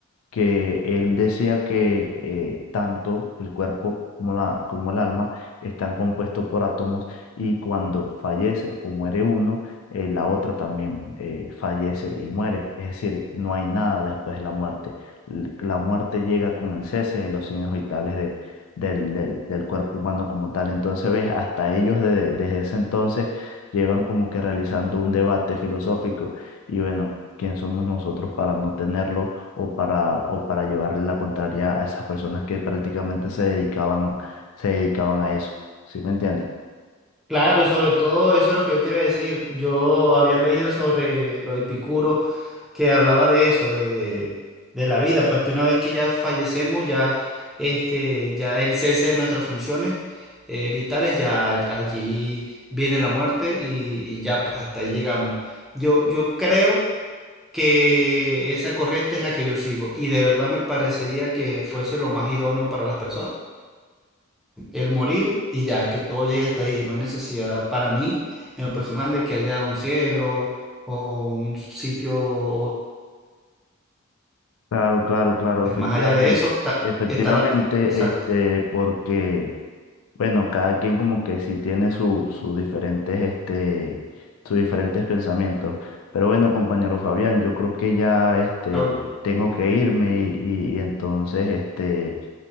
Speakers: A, on the left; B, in the centre.
A: que él decía que eh, tanto el cuerpo como, la, como el alma están compuestos por átomos y cuando fallece o muere uno, eh, la otra también eh, fallece y muere. Es decir, no hay nada después de la muerte. L- La muerte llega con el cese de los signos vitales de- del, del- del cuerpo humano como tal. Entonces, ves, hasta ellos desde, desde ese entonces llevan como que realizando un debate filosófico y bueno, ¿quién somos nosotros para no tenerlo? o para, o para llevarle la contraria a esas personas que prácticamente se dedicaban, se dedicaban a eso. ¿Sí me entiendes?
B: Claro, y sobre todo eso es lo que yo te iba a decir. Yo había leído sobre lo de Epicuro, que hablaba de eso, de, de- de la vida, pues que una vez que ya fallecemos, ya, este, ya el cese de nuestras funciones eh, vitales, ya allí viene la muerte y, y ya, pues hasta ahí llegamos. Yo, yo creo que esa corriente es la que yo sigo y de verdad me parecería que fuese lo más idóneo para las personas. el morir y ya, que todo llegue hasta ahí. No hay necesidad para mí, en lo personal, de que haya un cielo o un sitio o-
A: Claro, claro, claro, efectivamente.
B: más allá de eso. Está,
A: Efectivamente,
B: está la... Exacto.
A: este, porque, bueno, cada quien como que sí tiene su- sus diferentes, este, sus diferentes pensamientos. Pero bueno, compañero Fabián, yo creo que ya, este,
B: Claro,
A: tengo que irme y, y- y entonces, este,